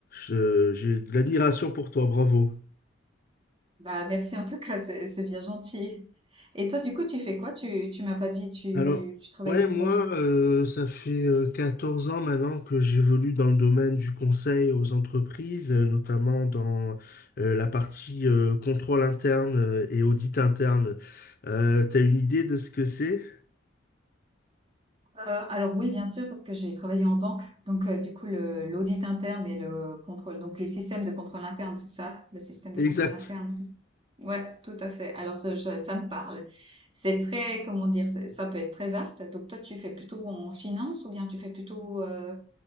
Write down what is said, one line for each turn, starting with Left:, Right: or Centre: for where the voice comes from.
Left: je- j'ai de l'admiration pour toi, bravo.
Right: Bah, merci en tout cas, c'est c'est bien gentil. Et toi, du coup, tu fais quoi? Tu tu m'as pas dit, tu
Left: Alors,
Right: tu travailles
Left: ouais,
Right: dans
Left: moi,
Right: quoi?
Left: euh, ça fait euh, 14 ans maintenant que j'évolue dans le domaine du conseil aux entreprises, euh, notamment dans euh, la partie euh, contrôle interne euh, et audit interne. Euh, t'as une idée de ce que c'est?
Right: Euh, alors oui, bien sûr, parce que j'ai travaillé en banque, donc euh, du coup le l'audit interne et le contrôle, donc les systèmes de contrôle interne, c'est ça, le système de
Left: Exact.
Right: contrôle interne. c'est- Ouais, tout à fait. Alors ça, je- ça me parle. C'est très, comment dire, c'est- ça peut être très vaste. Donc toi, tu fais plutôt en finance ou bien tu fais plutôt euh,